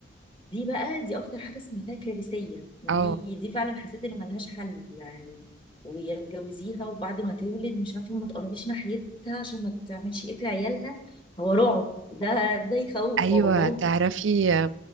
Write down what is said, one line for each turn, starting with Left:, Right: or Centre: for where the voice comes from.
Left: دي بقى دي اكتر حاجه سمعتها كارثيه دي
Right: اه
Left: دي فعلا حسيت ان ملهاش حل يعني ويا تجوزيها وبعد ما تولد مش عارفه ما تقربيش ناحيتها عشان ما تعملش ايه في عيالها هو رعب ده ده يخوف
Right: ايوه
Left: والله
Right: تعرفي